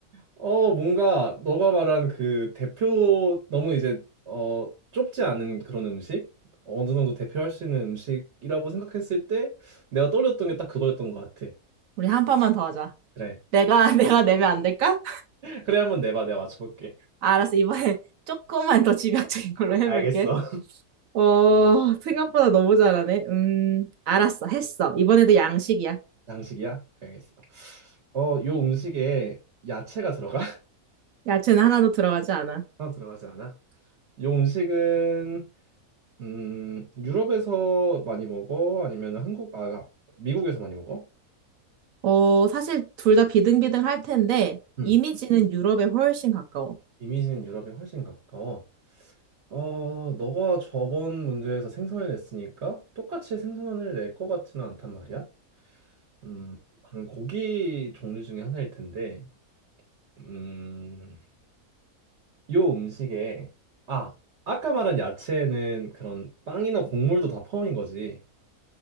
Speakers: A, on the right; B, on the right.
A: 어, 뭔가 너가 말한 그 대표 너무 이제 어 좁지 않은 그런 음식? 어느 정도 대표할 수 있는 음식이라고 생각했을 때 내가 떠올렸던 게 딱 그거였던 것 같아.
B: 우리 한 판만 더 하자.
A: 그래.
B: 내가 <laughs> 내가 내면 안 될까?
A: 그래 한번 내봐. 내가 맞춰볼게.
B: 아, 알았어. 이번에 조금만 더 집약적인 걸로 해볼게.
A: 알겠어.
B: 어, 생각보다 너무 잘하네. 음, 알았어. 했어. 이번에도 양식이야.
A: 양식이야? 알겠어. 어, 요 음식에 야채가 들어가? <laughs>
B: 야채는 하나도 들어가지 않아.
A: 하나 들어가지 않아? 요 음식은 음, 유럽에서 많이 먹어? 아니면 한국 아 미국에서 많이 먹어?
B: 어, 사실 둘 다 비등비등 할 텐데,
A: 음.
B: 이미지는 유럽에 훨씬 가까워.
A: 이미지는 유럽에 훨씬 가까워. 어, 너가 저번 문제에서 생선을 냈으니까 똑같이 생선을 낼 것 같지는 않단 말이야. 음, 그럼 고기 종류 중에 하나일 텐데. 음. 요 음식에 아 아까 말한 야채는 그런 빵이나 곡물도 다 포함인 거지.